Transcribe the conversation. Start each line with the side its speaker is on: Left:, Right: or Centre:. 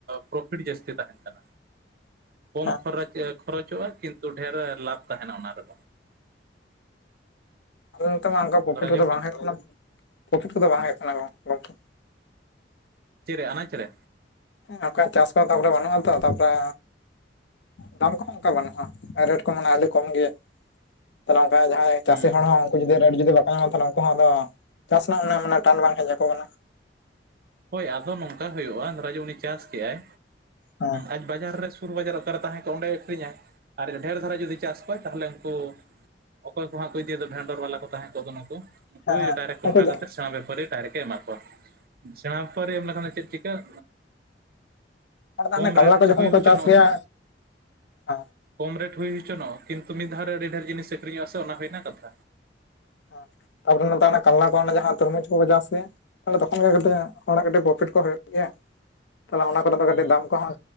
Right: ᱯᱨᱚᱯᱷᱤᱴ ᱡᱟᱹᱥᱛᱤ ᱛᱟᱦᱮᱱ ᱠᱟᱱᱟ᱾ ᱠᱚᱢ
Left: ᱦᱮᱸ
Right: ᱠᱷᱚᱨᱚᱪ ᱠᱷᱚᱨᱚᱪᱚᱜᱼᱟ ᱠᱤᱱᱛᱩ ᱰᱷᱮᱨ ᱞᱟᱵᱷ ᱛᱟᱦᱮᱱᱟ ᱚᱱᱟ ᱨᱮᱫᱚ᱾
Left: ᱦᱮ ᱟᱫᱚ ᱱᱮᱛᱚᱜ ᱢᱟ ᱚᱱᱠᱟ ᱯᱨᱚᱯᱷᱤᱴ
Right: ᱫᱷᱚᱨᱟ
Left: ᱠᱚᱫᱚ
Right: ᱡᱮ ᱢᱤᱫ
Left: ᱵᱟᱝ ᱦᱩᱭᱩᱜ ᱠᱟᱱᱟ᱾ ᱯᱨᱚᱯᱷᱤᱴ ᱠᱚᱫᱚ ᱵᱟᱝ ᱦᱩᱭᱩᱜ ᱠᱟᱱᱟ ᱜᱚᱝᱠᱮ᱾
Right: ᱪᱮᱫ ᱨᱮ ᱟᱱᱟᱪ ᱨᱮ?
Left: ᱚᱱᱠᱟ ᱪᱟᱥ ᱠᱚ ᱛᱟᱯᱚᱨᱮ ᱵᱟᱹᱱᱩᱜ-ᱟ ᱛᱚ ᱛᱟᱯᱚᱨᱮ ᱫᱟᱢ ᱠᱚᱦᱚᱸ ᱚᱱᱠᱟ ᱵᱟᱹᱱᱩᱜ-ᱟ ᱨᱮᱴ ᱠᱚ ᱢᱟᱱᱮ ᱟᱹᱰᱤ ᱠᱚᱢ ᱜᱮᱭᱟ᱾ ᱛᱟᱦᱚᱞᱮ ᱚᱱᱠᱟ ᱡᱟᱦᱟᱸᱭ
Right: ᱦᱩᱸ
Left: ᱪᱟᱥᱤ ᱦᱚᱲ ᱦᱚᱸ ᱩᱱᱠᱩ ᱡᱩᱫᱤ ᱨᱮᱴ ᱡᱩᱫᱤ ᱵᱟᱠᱚ ᱧᱟᱢᱟ ᱛᱟᱞᱮ ᱩᱱᱠᱩ ᱦᱚᱸ ᱟᱫᱚ ᱪᱟᱥ ᱨᱮᱱᱟᱜ ᱢᱟᱱᱮ ᱴᱟᱱ ᱵᱟᱝ ᱦᱮᱡ ᱟᱠᱚ ᱠᱟᱱᱟ᱾
Right: ᱦᱳᱭ ᱟᱫᱚ ᱱᱚᱝᱠᱟ ᱦᱩᱭᱩᱜᱼᱟ ᱫᱷᱚᱨᱟᱢᱟᱭ ᱩᱱᱤ ᱪᱟᱥ ᱠᱮᱫᱟᱭ
Left: ᱦᱮᱸ
Right: ᱟᱡ ᱵᱟᱡᱟᱨ ᱨᱮ ᱥᱩᱨ ᱵᱟᱡᱟᱨ ᱚᱠᱟᱨᱮ ᱛᱟᱦᱮᱸ ᱠᱚᱜ ᱚᱸᱰᱮᱭ ᱟᱹᱠᱷᱨᱤᱧᱟᱭ ᱟᱨ ᱰᱷᱮᱨ ᱫᱷᱟᱨᱟ ᱡᱩᱫᱤ ᱪᱟᱥ ᱠᱚᱣᱟᱭ ᱛᱟᱦᱚᱞᱮ ᱩᱱᱠᱩ ᱚᱠᱚᱭ ᱠᱚ ᱦᱟᱸ ᱠᱚ ᱤᱫᱤᱭᱟ ᱫᱚ ᱵᱷᱮᱱᱰᱚᱨ ᱵᱟᱞᱟ ᱠᱚ ᱛᱟᱦᱮᱸ ᱠᱚᱜ ᱫᱚ ᱱᱩᱠᱩ ᱩᱱᱠᱩᱭᱤᱫ
Left: ᱦᱮᱸ ᱦᱮᱸ
Right: ᱰᱟᱭᱨᱮᱠᱴ ᱠᱚᱱᱴᱟᱠ
Left: ᱩᱱᱠᱩ ᱦᱮᱸ
Right: ᱠᱟᱛᱮ ᱥᱟᱨᱮ ᱰᱷᱟᱨᱤ ᱰᱟᱭᱨᱮᱠᱴ ᱮᱢᱟ ᱠᱚᱣᱟ᱾ ᱡᱟᱦᱟᱸᱯᱟᱹᱨᱤ ᱮᱢ ᱞᱮᱠᱷᱟᱱ ᱫᱚ ᱪᱮᱫ ᱪᱤᱠᱟᱹᱜ
Left: ᱦᱟᱱᱮ ᱫᱚ
Right: ᱠᱚᱢ
Left: ᱦᱟᱱᱮ ᱠᱟᱞᱞᱟ
Right: ᱨᱮᱴ
Left: ᱠᱚ
Right: ᱛᱮ
Left: ᱡᱚᱠᱷᱚᱱ
Right: ᱦᱩᱭ
Left: ᱠᱚ
Right: ᱦᱚᱪᱚᱱ
Left: ᱪᱟᱥ ᱜᱮᱭᱟ ᱦᱮᱸ
Right: ᱠᱚᱢ ᱨᱮᱴ ᱦᱩᱭ ᱦᱚᱪᱚᱱᱚ ᱠᱤᱱᱛᱩ ᱢᱤᱫ ᱫᱷᱟᱣ ᱨᱮ ᱟᱹᱰᱤ ᱰᱷᱮᱨ ᱡᱤᱱᱤᱥ ᱟᱠᱷᱨᱤᱧᱚᱜ ᱟᱥᱮ ᱚᱱᱟ ᱦᱩᱭᱱᱟ ᱠᱟᱛᱷᱟ᱾
Left: ᱦᱮᱸ ᱛᱟᱨᱯᱚᱨᱮ ᱚᱱᱟ ᱫᱟᱜ ᱨᱮᱱᱟᱜ ᱠᱟᱞᱞᱟ ᱠᱚ ᱡᱟᱦᱟᱸ ᱛᱚᱨᱢᱚᱡᱽ ᱠᱚ ᱪᱟᱥ ᱜᱮᱭᱟ ᱛᱚᱠᱷᱚᱱ ᱜᱮᱠᱟᱹᱴᱤᱡ ᱦᱚᱲᱟᱜ ᱠᱟᱹᱴᱤᱡ ᱯᱨᱚᱯᱷᱤᱴ ᱠᱚ ᱦᱩᱭᱩᱜ ᱜᱮᱭᱟ ᱛᱚ ᱚᱱᱟ ᱠᱚᱨᱮᱫᱚ ᱠᱟᱹᱴᱤᱡ
Right: ᱦᱩᱸ
Left: ᱫᱟᱢ ᱠᱚᱦᱚᱸ